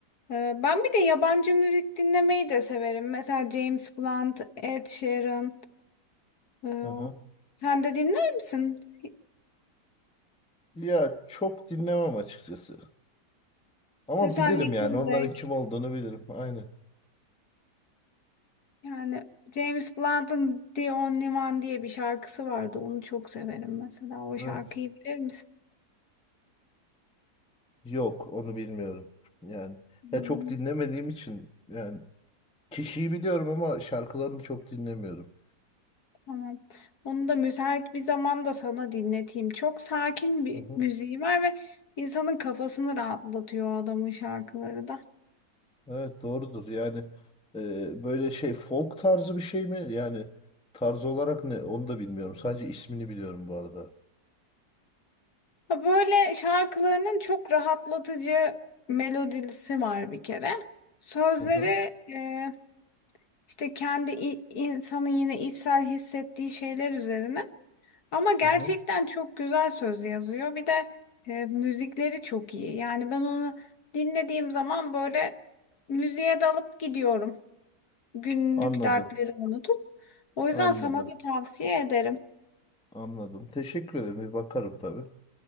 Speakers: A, on the left (about 65°); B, in the centre.
A: Ee, Ben bir de yabancı müzik dinlemeyi de severim. Mesela James Blunt, Ed Sheeran. ee,
B: Aha.
A: Sen de dinler misin?
B: Ya çok dinlemem açıkçası. Ama
A: Mesela
B: bilirim
A: Nickelback.
B: yani onların kim olduğunu bilirim. Aynen.
A: Yani James Blunt'ın The Only One diye bir şarkısı vardı. Onu çok severim mesela. O
B: Evet.
A: şarkıyı bilir misin?
B: Yok onu bilmiyorum. Yani
A: Hmm,
B: ya çok dinlemediğim için yani kişiyi biliyorum ama şarkılarını çok dinlemiyorum.
A: tamam. Onu da müsait bir zamanda sana dinleteyim. Çok sakin bir
B: Hı hı.
A: müziği var ve insanın kafasını rahatlatıyor o adamın şarkıları da.
B: Evet doğrudur. Yani e, böyle şey folk tarzı bir şey mi? Yani tarz olarak ne? Onu da bilmiyorum. Sadece ismini biliyorum bu arada.
A: Ha, Böyle şarkılarının çok rahatlatıcı melodisi var bir kere. Sözleri
B: Hı hı.
A: e, işte kendi i- insanın yine içsel hissettiği şeyler üzerine Ama gerçekten
B: Hı hı.
A: çok güzel söz yazıyor. Bir de e, müzikleri çok iyi. Yani ben onu dinlediğim zaman böyle müziğe dalıp gidiyorum. Günlük
B: Anladım.
A: dertlerimi unutup. O
B: Anladım.
A: yüzden sana da tavsiye ederim.
B: Anladım. Teşekkür ederim. Bir bakarım tabii.